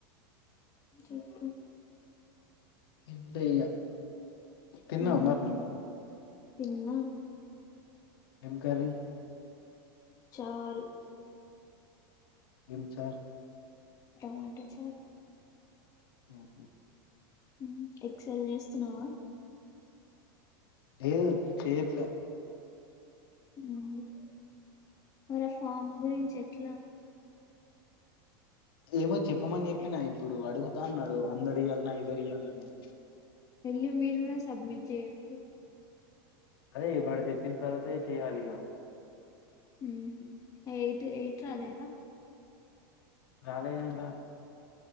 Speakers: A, on the left; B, on the left.
A: చెప్పు
B: ఏంలే ఇగ తిన్నావ
A: ఉమ్,
B: మరి నువు
A: తిన్నా
B: ఏం కర్రీ
A: చారు
B: ఏం చారు
A: టమాట చారు
B: ఆహ
A: ఉమ్ ఎక్స్ ఎల్ చేస్తున్నవా
B: లేదు చెయట్లే
A: ఉమ్ హ్ మరా ఫామ్ గురించి ఎట్లా
B: ఏమో చెప్పమని చెప్పిన
A: ఎ
B: ఇప్పుడు అడుగుతా అన్నాడు అందరు ఇయాలనా ఇదరు ఇయాలనా అని
A: వెళ్ళి మీరు కూడా సబ్మిట్ చెయ్యండి
B: అదే వాడు చెప్పిన తర్వాతే చెయ్యాలి ఇక
A: ఉహు ఎయిట్ ఎయిట్ రాలేదా
B: రాలేదంట